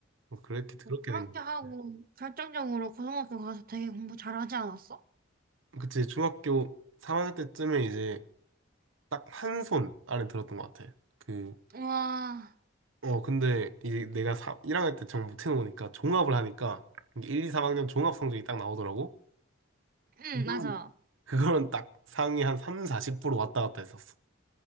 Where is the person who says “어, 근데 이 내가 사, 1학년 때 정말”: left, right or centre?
Right